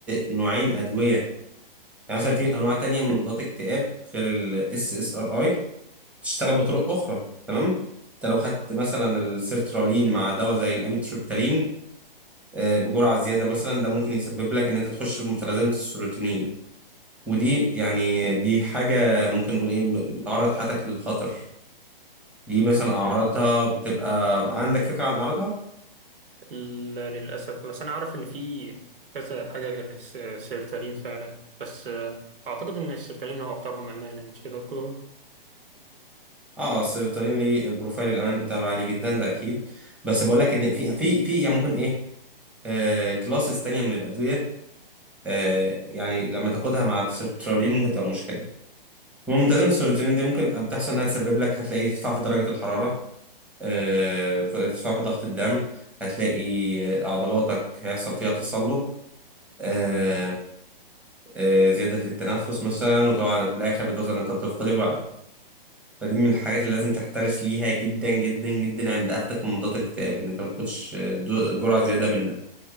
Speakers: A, in the centre; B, on the right.
A: نوعين أدوية يعني مثلا في أنواع تانية من مضادات الاكتئاب غير ال SSRI تشتغل بطرق أخرى تمام أنت لو خدت مثلا السيرترالين مع دواء زي الأميتريبتالين آه، بجرعة زيادة مثلا ده ممكن يسبب لك إن أنت تخش في متلازمة السيروتونين ودي يعني دي حاجة ممكن نقول إيه بتعرض حياتك للخطر دي مثلا أعراضها بتبقى عندك فكرة عن أعراضها؟
B: لا للأسف بس أنا عارف إن في كذا حاجة غير الس- السيرتالين فعلا بس آه، أعتقد إن السيرتالين هو أكترهم أمانا مش كده يا دكتور؟
A: اه السيرتالين ليه البروفايل الامان بتاعه عالي جدا ده اكيد بس بقول لك ان في في في يعني ممكن ايه آه كلاسز تانية من الادويه آه يعني لما تاخدها مع السيرتالين ممكن تبقى مشكله المهم ملتزم السيرتالين دي ممكن بتحصل انها تسبب لك هتلاقي ارتفاع في درجه الحراره آه في ارتفاع في ضغط الدم هتلاقي آه، عضلاتك هيحصل فيها تصلب آه آه زياده في التنفس مثلا وطبعا في الاخر بتوصل ان انت بتفقد الوعي فدي من الحاجات اللي لازم تحترس ليها جدا جدا جدا عند اخدك من مضادات الاكتئاب ان انت ما تاخدش دو- جرعه زياده منك